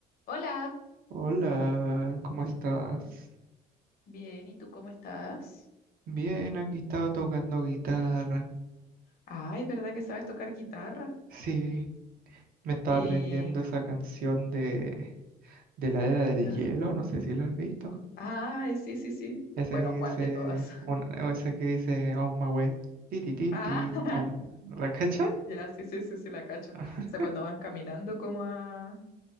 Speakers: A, on the left; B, on the right.
A: Hola,
B: Hola, ¿cómo estás?
A: bien, ¿y tú cómo estás?
B: Bien, aquí estaba tocando guitarra.
A: Ay, ¿verdad que sabes tocar guitarra?
B: Sí, me estaba
A: Eh,
B: aprendiendo esa canción de, de la Era del
A: ¿ya?
B: Hielo, no sé si la has visto.
A: Ay, sí, sí, sí.
B: Esa
A: Bueno,
B: que dice,
A: ¿cuál de todas?
B: una,
A: <laughs>
B: o esa que dice On my way. Ti, ti, ti,
A: Ah,
B: ti,
A: <laughs>
B: on- ¿La cachai?
A: ya, sí, sí, sí, sí, la cacho.
B: <laughs>
A: O sea, cuando van caminando como a,